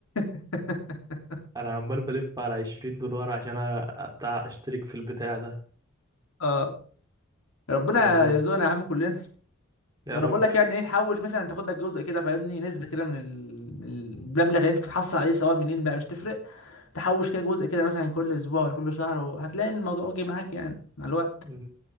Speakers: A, on the left; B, on the right.
A: <laughs>
B: انا عمال بلف على 20 دولار عشان أ- بتاع اشترك في البتاع ده
A: اه ربنا
B: تعالى
A: يرزقنا يا عم كلنا
B: يا
A: وانا
B: رب
A: بقول لك يعني ايه حوش مثلا تاخد لك جزء كده فاهمني نسبه كده من ال- من المبلغ اللي انت بتحصل عليه سواء منين بقى مش تفرق تحوش كده جزء كده مثلا كل اسبوع ولا كل شهر وهتلاقي الموضوع واجي معاك يعني مع الوقت
B: مم.